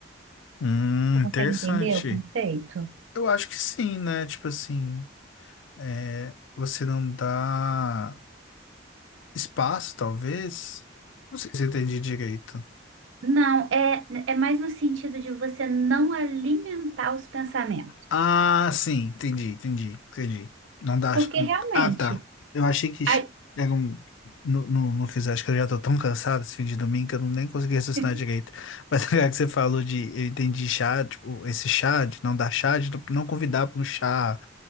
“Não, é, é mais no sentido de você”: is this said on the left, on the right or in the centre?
Right